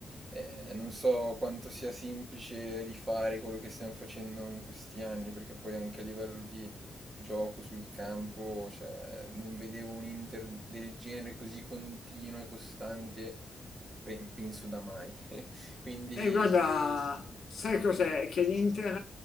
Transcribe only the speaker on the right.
ehm, non so quanto sia semplice rifare quello che stiamo facendo in questi anni, perché poi anche a livello di gioco sul campo, cioè, non vedevo un Inter del genere così continuo e costante, pe- penso da mai. <laughs> Quindi,